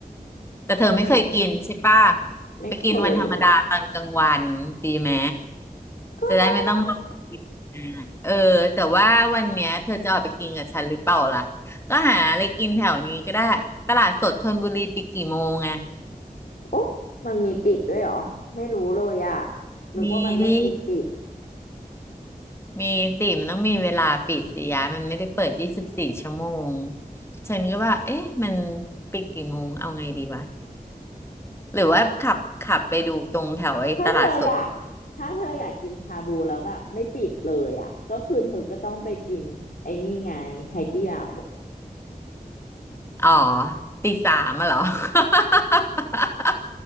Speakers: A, on the left; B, on the left.
A: แต่เธอไม่เคยกินใช่ป่ะ
B: อืมไม่เค
A: ไปกินวันธรรมดาตอนกลางวันดีไหม
B: ยอ่ะ ก็ได้
A: จะได้ไม่ต้องรอกินนานเออแต่ว่าวันเนี้ยเธอจะออกไปกินกับฉันหรือเปล่าล่ะก็หาอะไรกินแถวนี้ก็ได้ตลาดสดธนบุรีปิดกี่โมงอะ
B: โอ้มันมีปิดด้วยเหรอ ไม่รู้เลยอ่ะนึกว่ามันไม่มีปิด
A: มีดิมีสิมันต้องมีเวลาปิดสิยะมันไม่ได้เปิดยี่สิบสี่ชั่วโมง ฉันก็ว่าเอ๊ะมันปิดกี่โมง เอาไงดีวะ หรือว่าขับขับไปดูตรงแถวไอ้ตลาดสด
B: ถ้าเธออยากถ้าเธออยากกินชาบูแล้วแบบไม่ปิดเลยอ่ะก็คือเธอก็ต้องไปกินไอ้นี่ไงไหตี้เหลา
A: อ๋อตีสามอะเหรอ <laughs>